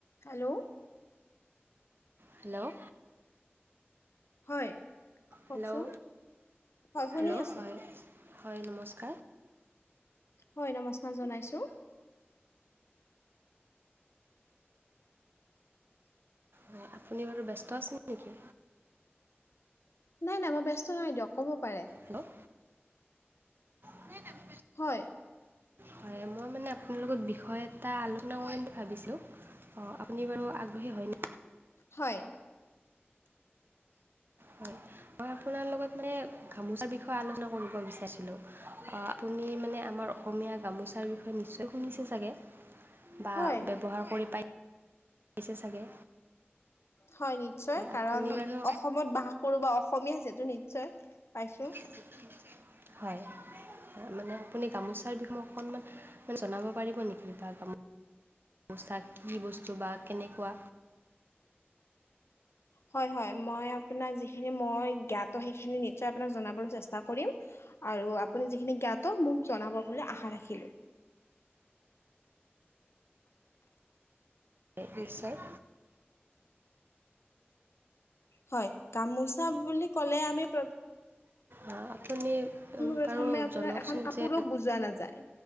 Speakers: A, on the left; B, on the right.
A: Hello?
B: Hello?
A: হয় কওকচোন
B: hello
A: হয় শুনি
B: হেল্ল'
A: আছোঁ।
B: হয় হয় নমস্কাৰ।
A: হয় নমস্কাৰ জনাইছোঁ।
B: হয় আপুনি বাৰু ব্যস্ত আছে নেকি।
A: নাই, নাই মই ব্যস্ত নাই দিয়ক ক'ব পাৰে।
B: হেল্ল'? <inaudible>
A: হয়।
B: হয় মই মানে আপোনাল লগত বিষয় এটা আলোচনা কৰিম বুলি ভাবিছোঁ। অ, আপুনি বাৰু আগ্ৰহী হয় নে।
A: হয়।
B: হয়, মই আপোনাৰ লগত মানে গামোচাৰ বিষয়ে আলোচনা কৰিব বিচাৰিছিলোঁ। আপুনি মানে আমাৰ অসমীয়া গামোচাৰ হয়, নিচয় শুনিচে চাগে, বা
A: হয়
B: ব্যৱহাৰ কৰি পায়। পিছে চাগে
A: হয় নিশ্চয় কাৰণ
B: আপুনি বাৰু
A: অসমত বাস কৰো বাও সমীয়া যেটো নিশ্চয় পাইছোঁ।
B: <inaudible> হয়, হয় মানে আপুনি গামোচাৰ বিষয়ে মোক অকণমান জনাব পাৰিব নেকি বা গামো পোছাক কি বস্তু বা কেনেকুৱা
A: হয়, হয় মই আপোনাক যিখিনি মই জ্ঞাত সেইখিনি নিশ্চয় আপোনাক জনাবলৈ চেষ্টা কৰিম। আৰু আপুনি যিখিনি জ্ঞাত মোক জনাব বুলি আশা ৰাখিলোঁ।
B: এপিছত
A: হয় গামোচা বুলি ক'লে আমি প্ৰয়প
B: অ, আপুনি
A: প্ৰথমে
B: বাৰু
A: আপোনাৰ
B: জনাওকচোন
A: এখন কাপোৰক
B: যে
A: বুজোৱা নাযায়